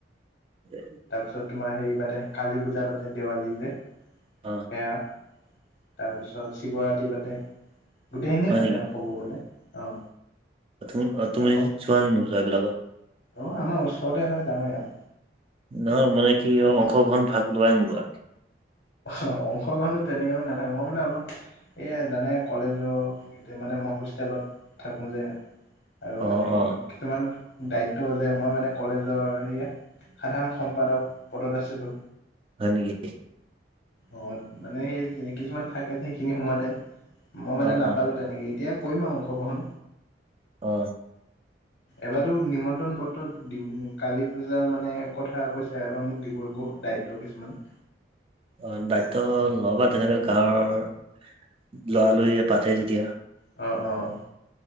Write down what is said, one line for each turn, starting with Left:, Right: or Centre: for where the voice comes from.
Right: এহ
Left: পিছত তোমাৰ হেৰি পাতে কালী পূজা পাতে দেৱালী যে।
Right: অ।
Left: এইয়া, তাৰপিছত শিৱৰাত্ৰি পাতে। গোটেইখিনিয়ে
Right: হয়
Left: পাতে আৰু ক'ব গ'লে। অ।
Right: অ তুম অ তুমি
Left: আকৌ
Right: যোৱা নে নোযোৱা এইবিলাকত?
Left: অ' আমাৰ ওচৰতে হয় যাওঁৱে আও।
Right: নহয়, মানে কি হয় অংশগ্ৰহণ ভাগ লোৱা নোলোৱা?
Left: আ অংশ গ্ৰহণতো তেনেকে মই নাথাকো, মই মানে অলপ এইয়া জানাই কলেজৰ মানে মই হোষ্টেলত থাকোঁ যে আৰু
Right: অ
Left: মানে
Right: অ
Left: কিছুমান দায়িত্ব যে, মই মানে কলেজৰ সেইয়া সাধাৰণ সম্পাদক পদত আছিলো
Right: হয় নেকি?
Left: অ, মানে সেই কিছুমান থাকে যে সেইখিনি সময়তে, মই মানে
Right: অ
Left: নাপালো
Right: অ
Left: তেনেকেই, এতিয়া কৰিম আও অংশ গ্ৰহণ।
Right: অ।
Left: এইবাৰটো নিমন্ত্ৰণ পত্ৰ দিম কালী পূজাৰ মানে কথা কৈছ ছে, এইবাৰ মোক দিব‌ই দায়িত্ব কিছুমান।
Right: অ' দায়িত্ব লবা তেনেকে গাঁৱৰ ল'ৰা লৰিয়ে পাতে যেতিয়া।
Left: অ, অ।